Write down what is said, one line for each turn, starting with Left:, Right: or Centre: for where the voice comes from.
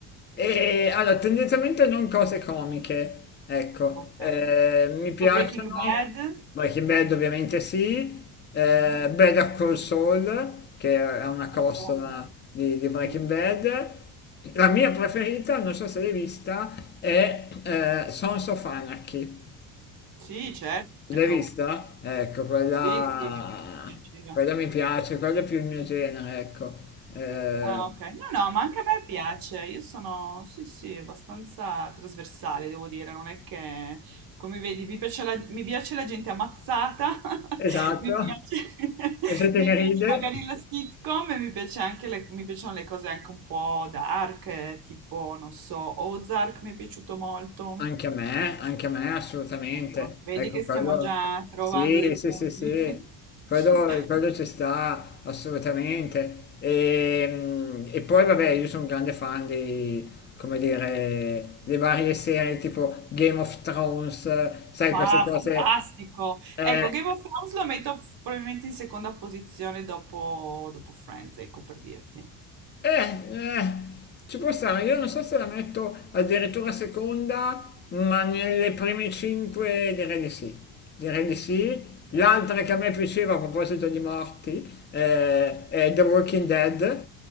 Left: E allora, tendenzialmente non cose comiche, ecco,
Right: Ok.
Left: Eh, mi
Right: Tipo
Left: piacciono,
Right: Breaking Bad.
Left: Breaking Bad ovviamente sì, eh,
Right: Mm,
Left: Better Call Saul, che è una costola
Right: certo, beh,
Left: di, di
Right: sì.
Left: Breaking Bad, la mia preferita, non so se l'hai vista, è eh, Sons of Anarchy.
Right: Sì, certo.
Left: L'hai vista? Ecco, quella,
Right: Sì, sì, mi piaceva.
Left: quella mi piace, quella è più il mio genere, ecco. Eh,
Right: Ah, ok. No, no, ma anche a me piace. Io sono, sì, sì, abbastanza trasversale, devo dire. Non è che, come vedi, mi piace la, mi piace la gente ammazzata, <laughs>
Left: esatto.
Right: mi piace, <laughs>
Left: La gente
Right: mi
Left: che
Right: piace
Left: ride,
Right: magari la sitcom e mi piace anche le, mi piacciono le cose anche un po' dark, eh, tipo, non so, Ozark mi è piaciuto molto.
Left: anche a me, anche a me assolutamente.
Right: Ecco, vedi
Left: Ecco,
Right: che
Left: quello,
Right: stiamo già trovando
Left: sì,
Right: dei
Left: sì,
Right: punti.
Left: sì, sì,
Right: <laughs>
Left: quello, quello ci sta assolutamente. E, mm, e poi, vabbè, io sono un grande fan di, come dire, le varie serie tipo Game of Thrones, sai,
Right: Ah,
Left: queste cose.
Right: fantastico!
Left: eh,
Right: Ecco, Game of Thrones lo metto f- probabilmente in seconda posizione dopo, dopo Friends, ecco per dirti.
Left: Eh, eh, ci può stare, io non so se la metto addirittura seconda, ma nelle prime cinque direi di sì. Direi di sì. L'altra che a me piaceva a proposito di morti eh, è The Walking Dead,